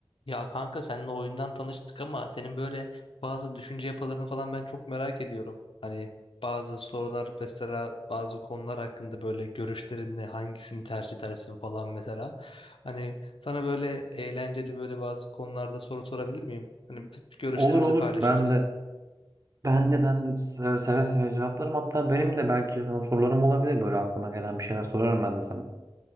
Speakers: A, on the left (about 65°); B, on the right (about 35°).
A: Ya kanka seninle oyundan tanıştık ama senin böyle bazı düşünce yapılarını falan ben çok merak ediyorum. Hani bazı sorular mesela bazı konular hakkında böyle görüşlerin ne hangisini tercih edersin falan mesela. Hani sana böyle eğlenceli böyle bazı konularda soru sorabilir miyim? Hani görüşlerimizi
B: Olur olur.
A: paylaşırız.
B: Ben de ben de ben de seve seve, seve cevaplarım. Hatta benim de belki sana sorularım olabilir. Böyle aklıma gelen bir şeyler sorarım ben de sana.